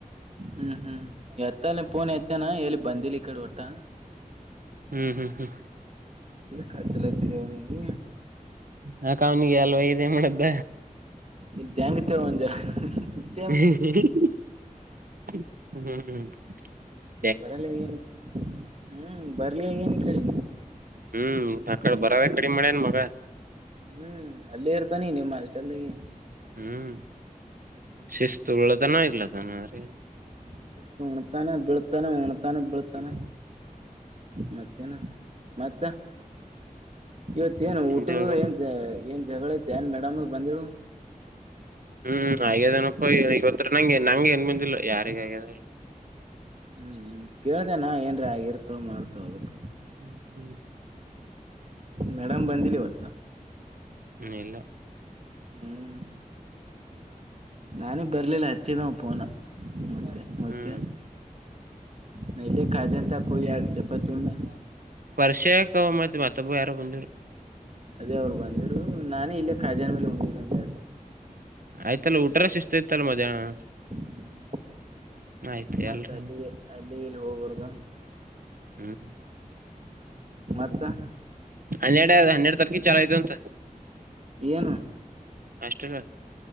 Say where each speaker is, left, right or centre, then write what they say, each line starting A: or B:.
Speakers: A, on the right; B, on the right.
A: ಹ್ಮ್ ಹ್ಮ್ ಹೆತ್ತಾನ ಪೋನ್ ಹೆತ್ತಾನ ಇಲ್ಲಿ ಬಂದಿಲ್ಲ ಈ ಕಡೆ ಓಟ್.
B: ಹ ಹ ಹ
A: ಎದ್ಕ ಹಚ್ಚಲಾತಿ ಅವನಿಗೆ.
B: ಯಾಕ ಅವ್ನಿಗೆ ಅಲ್ವ ವೈದು ಏನು ಮಾಡಿದ್ದ.
A: ಇದ್ದ್ಯಾಂಗತೇವ <unintelligible>
B: ಹ್ಮ
A: ಬರಲಿ ನ ಹ್ಮ್ ಬರ್ಲಿ ಈ ಕಡಿ.
B: ಹ್ಮ್ ಆಕಡೆ ಬರೋದ ಕಡಮೇ ಮಾಡ್ಯನ್ ಮಗ.
A: ಹ್ಮ್ ಅಲ್ಲೇ ಇರ್ತಾನಿ ನಿಮ್ಮ ಹಾಸ್ಟೆಲ್ ದಾಗೆ.
B: ಹ್ಮ್ ಶಿಸ್ತು ಉಳ್ಳದನ <unintelligible> ಆದ್
A: ಶಿಸ್ತ ಉಣತಾನ ಬಿಳತಾನ ಉಣತಾನ ಬಿಳತಾನ.
B: ಹ್ಮ್
A: ಮತ್ತೇನಾ ಮತ್ತ. ಇವತ್ತೇಏನು
B: ನಿಂದ್
A: ಊಟದ
B: ಹೇಳ್ಬೇಕು
A: ಏನ್ ಏನ್ ಜಗಳ ಏನ್ ಮೇಡಮದ ಬಂದಿಳು.
B: ಹ್ಮ್ ಆಗ್ಯದೇನಪ್ಪನ ಇವತ್ರ್ ನಂಗೆ ನಂಗೆ ಏನ್ ಬಂದಿಲ್ಲ ಯಾರಿಗ ಆಗ್ಯದ ಏನ್
A: ಹ ಅ ಕೇಳ್ದ ನಾವ ಏನ್ರೀ ಆಗ ಇರ್ತವ ಮಾಡ್ತವ ಅದಕ್ಕ.
B: ಹ ಹ
A: ಮೇಡಮ್ ಬಂದಿಲ್ಲ ಇವತ್ತ.
B: ಹ ಇಲ್ಲ.
A: ಹ್ಮ್ ನಾನು ಬರ್ಲಿಲ್ಲ ಅಚ್ಚಿದಾ ಅವ ಪೋನ ಮುತ್ಯ ಮುತ್ಯ.
B: ಹ್ಮ್
A: ನಾ ಇಲ್ಲೇ ಕಾಜಂತಕ ಹೋಗಿ ಯಾಡ್ ಚಪಾತಿ ಉಣ್ಣ.
B: ಪ್ರಶ್ಯಕ ಮತ್ತೆ ಮತ್ತೊಬ್ಬು ಯಾರೋ ಬಂದಿರು.
A: ಅದೇ ಅವ್ರು ಬಂದಿದ್ರು ನಾನೇ ಇಲ್ಲೇ ಕಾಜಾ ಬಲ್ಲಿ ಹೊಂಟಿ ಬಂದೆ.
B: ಆಯ್ತಲ್ಲ ಊಟರ ಶಿಸ್ತತ್ತ ಅಲ್ಲ ಮಧ್ಯಾಹ್ನ.
A: ಹ್ಮ್
B: ಆಯ್ತು
A: ಮತ್ತ
B: ಎಲ್ರ
A: ಅಲ್ಲಿಗೆ ಅಲ್ಲಿಗೆಲ್ಲಿ ಹೋಗ್ಬಾರ್ದುನ.
B: ಹ್ಮ್.
A: ಮತ್ತ್.
B: ಹನ್ನೆರಡ ಹನ್ನೆಡ ತಾರಿಕ್ ಚಾಲು ಐತಂತ.
A: ಏನು
B: ಹಾಸ್ಟೆಲ್